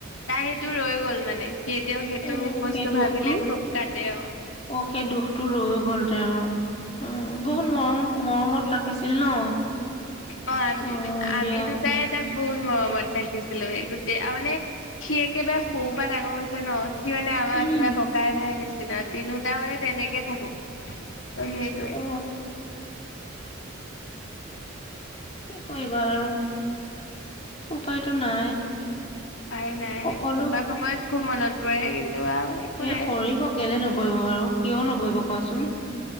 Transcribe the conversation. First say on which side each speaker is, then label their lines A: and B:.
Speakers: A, on the left; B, on the left.
A: তাইৰ সেইটো ৰৈ গল মানে। সি এতিয়াও সেইটো
B: অ'
A: বস্তু
B: সেই দুখটো
A: ভাবিলে খুব কান্দে অ
B: অ' সেই দুখটো ৰৈ গল তেওঁৰ। উম বহুত মৰম মৰমত ৰাখ ছিল ন,
A: অ আম
B: হয়
A: আমি
B: দিয়া।
A: দুটাই তাক বহুত মৰমত ৰাখিছিলো গোটেই আৰু মানে সি একেবাৰে সৰু পৰা ডাঙৰ হৈছে ন। সি মানে আমাৰ
B: উম,
A: কিবা ককাই ভাইৰ নিচিনা। তিনিওটা মানে তেনেকে থাকো। অ' সেইটোৱে।
B: অ' কি কৰিবা আৰু উপায়তো নাই।
A: উপাই নাই
B: সকলো
A: কোনোবা সময়ত খুব মনত <unintelligible> একো
B: এ
A: নাই
B: পঢ়িব কেলেই নপঢ়িব বাৰু কিয় নপঢ়িব কোৱাচোন?